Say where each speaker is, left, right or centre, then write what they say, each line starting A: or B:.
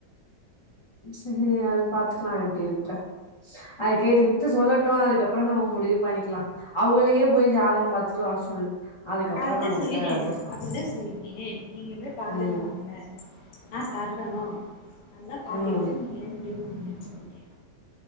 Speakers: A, on the left; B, on the left.
A: சேரி அது பாத்துக்கலாம் எப்டினுட்டு அது கேட்டு இட்டு சொல்லட்டும் அதுக்கப்பறம் நம்ப முடி பண்ணிக்கலாம் அவங்களையே போய் ஜாதகம் பாத்தட்டு வர சொல்லு அதுக்கப்புறோ
B: அதத்தான்
A: நம்மகிட்ட
B: சொல்லிட்டேன்
A: வந்து
B: நான்
A: சொ
B: அப்படிதான் சொல்லிருக்கேன் நீங்க போய் பாத்துடுவாங்க
A: ம்
B: ஆஹ் சாப்டோம் நல்லா பாத்துட்டு
A: ம்
B: நீங்களே இது உண்மைனு சொல்லிட்டேன்